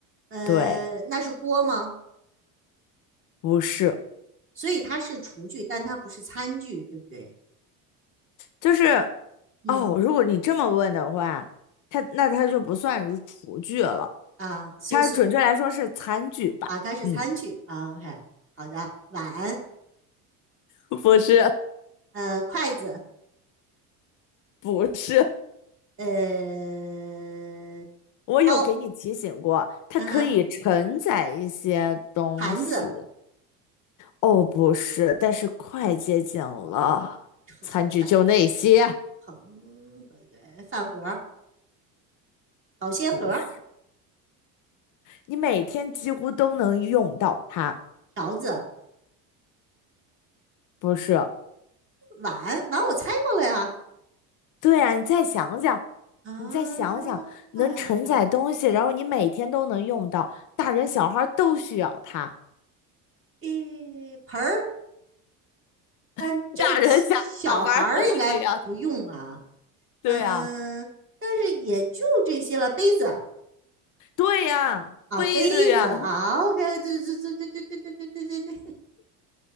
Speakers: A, on the right; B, on the left.
A: 呃，
B: 对，
A: 那是锅吗？
B: 不是，
A: 所以它是厨具，但它不是餐具，对不对？
B: 就是
A: 嗯
B: 哦，如果你这么问的话，它那它就不算是厨具了，
A: 啊，所以所以
B: 它准确来说是餐具吧？
A: 啊，它是餐具啊，OK，
B: 嗯，
A: 好的，碗，
B: <laughs> 不是，
A: 呃，筷子，
B: 不是，
A: 呃，
B: 我有给你提醒过，
A: 刀，
B: 它可以承载一些东西。
A: 嗯哼。盘子、
B: 哦，不是，但是快接近了。
A: 盛仔、
B: 餐具就那些，
A: 盆、饭盒、保鲜盒、
B: 不是你每天几乎都能用到它。
A: 勺子、
B: 不是，
A: 碗，碗我猜过了呀。
B: 对啊，你再想想，
A: 啊，
B: 你再想想，能承载东西，
A: 那还有啥呢？
B: 然后你每天都能用到，大人小孩都需要它。
A: 诶，盆儿，但这个小孩儿应该不用啊。
B: <laughs> 大人小孩都需要。
A: 嗯，
B: 对呀
A: 但是也就这些了。杯子
B: 对呀，
A: 啊，
B: 杯子呀，
A: 杯子啊，OK，对对对对对对对对对对对